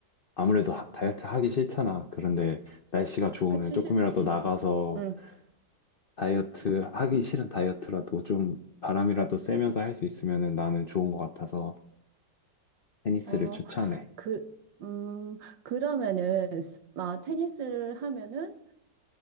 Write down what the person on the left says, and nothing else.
아무래도 하- 다이어트 하기 싫잖아. 그런데 날씨가 좋으면
조금이라도
나가서
다이어트 하기 싫은 다이어트라도 좀 바람이라도 쐬면서 할 수 있으면 나는 좋은 것 같아서 테니스를
추천해.